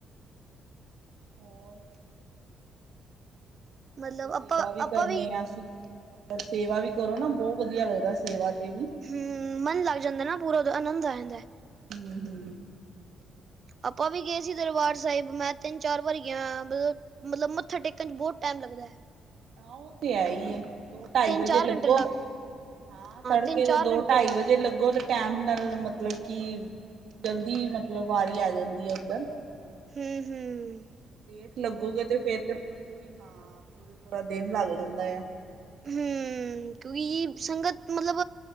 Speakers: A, on the right (about 70°); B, on the right (about 45°).
A: ਹੋਰ
B: ਮਤਲਬ
A: ਸੇਵਾ
B: ਆਪਾਂ
A: ਵੀ
B: ਆਪਾਂ
A: ਕਰਨੇ ਆ ਅਸੀਂ, ਮਤਲਬ ਸੇਵਾ ਵੀ ਕਰੋ ਨਾ ਬੋ ਵਧੀਆ ਲੱਗਦਾ ਸੇਵਾ ਤੇ ਵੀ।
B: ਹੂੰ ਮਨ ਲੱਗ ਜਾਂਦਾ ਨਾ ਪੂਰਾ ਆਨੰਦ ਆ ਜਾਂਦਾ।
A: ਹੂੰ-ਹੂੰ।
B: ਆਪਾਂ ਵੀ ਗਏ ਸੀ ਦਰਬਾਰ ਸਾਹਿਬ, ਮੈਂ ਤਿੰਨ-ਚਾਰ ਵਾਰੀ ਗਿਆ ਹੋਆ। ਮਤਲਬ ਮੱਥਾ ਟੇਕਣ ਚ ਬੋਤ ਟੈਮ ਲੱਗਦੈ।
A: ਆ ਓ ਤੇ ਹੈ ਹੀ ਏ। ਦੋ-ਢਾਈ
B: ਤਿੰਨ
A: ਵਜੇ
B: ਚਾਰ
A: ਲੱਗੋ
B: ਘੰਟੇ ਲੱਗ
A: ਹਾਂ, ਤੜਕੇ
B: ਤਿੰਨ ਚਾਰ
A: ਦੇ ਦੋ-ਢਾਈ
B: ਘੰਟੇ ਲੱਗ
A: ਵਜੇ ਲੱਗੋ ਤੇ ਟੈਮ ਨਾਲ ਮਤਲਬ ਕਿ ਜਲਦੀ ਮਤਲਬ ਵਾਰੀ ਆ ਜਾਂਦੀ ਐ ਉੱਧਰ।
B: ਹੂੰ-ਹੂੰ।
A: ਲੇਟ ਲੱਗੋਗੇ ਤੇ ਫੇਰ ਤੇ ਪੂਰੀ-ਪੂਰੀ, ਹਾਂ, ਪੂਰਾ-ਪੂਰਾ ਦਿਨ ਲੱਗ ਜਾਂਦਾ ਆ।
B: ਹੂੰ ਕਿਉਂਕਿ ਸੰਗਤ, ਮਤਲਬ